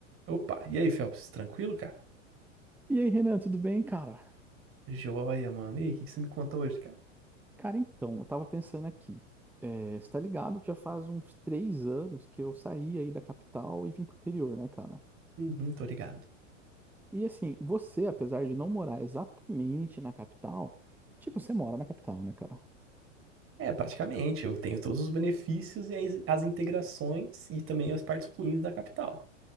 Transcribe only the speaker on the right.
Opa, e aí, Phelps? Tranquilo, cara?
Joia, mano. E aí, o que que você me conta hoje, cara?
Uhum, tô ligado.
É, praticamente, eu tenho todos os benefícios e as, as integrações e também as partes ruins da capital.